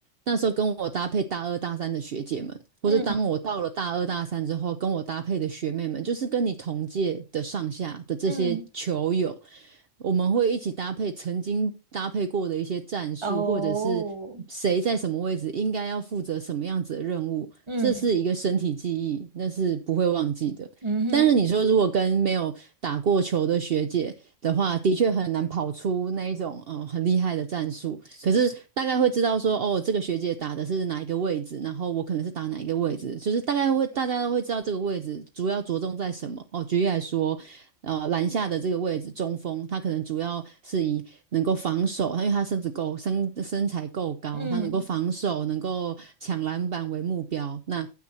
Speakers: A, on the right; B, on the right.
A: 那时候跟我搭配大二大三的学姐们，或是当我到了大二大三之后，
B: 嗯
A: 跟我搭配的学妹们，就是跟你同届的上下的这些球友，
B: 嗯
A: 我们会一起搭配曾经搭配过的一些战术，
B: 哦，
A: 或者是谁在什么位置应该要负责什么样子的任务，
B: 嗯
A: 这是一个身体记忆，那是不会忘记的。
B: 嗯哼
A: 但是你说如果跟没有打过球的学姐的话，的确很难跑出那一种嗯、呃很厉害的战术。可是大概会知道说，哦，这个学姐打的是哪一个位置，然后我可能是打哪一个位置，就是大概会大家都会知道这个位置主要着重在什么。哦，举例来说，呃，篮下的这个位置中锋，他可能主要是以能够防守，因为他身子够身身材够高，
B: 嗯
A: 他能够防守，能够抢篮板为目标。那